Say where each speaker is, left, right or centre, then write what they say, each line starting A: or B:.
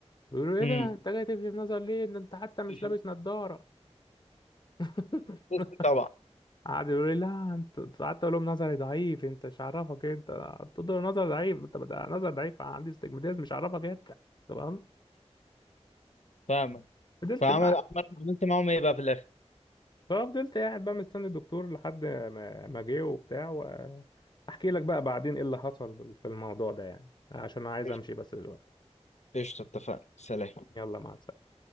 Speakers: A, on the left (about 40°); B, on the left (about 80°).
A: بيقولوا ايه
B: امم
A: ده انت جاي تكشف نظر ليه ده انت حتى مش
B: <laughs>
A: لابس نظارة <laughs>
B: لبست طبعا
A: قعدوا يقولوا لي لا انت قعدت اقول لهم نظري ضعيف انت مش عارفك انت قلت له نظر ضعيف انت ده نظر ضعيف عندي استجماتيزم مش عارفك انت تمام
B: فاهمك
A: فضلت
B: فعمل
A: بقى
B: عملت معاهم ايه بقى في الاخر
A: ففضلت قاعد بقى مستني الدكتور لحد ما ما جه وبتاع واحكي لك بقى بعدين ايه اللي حصل في الموضوع ده يعني عشان انا عايز
B: قشطة
A: امشي بس دلوقتي
B: قشطة، اتفقنا سلام
A: يلا مع السلامة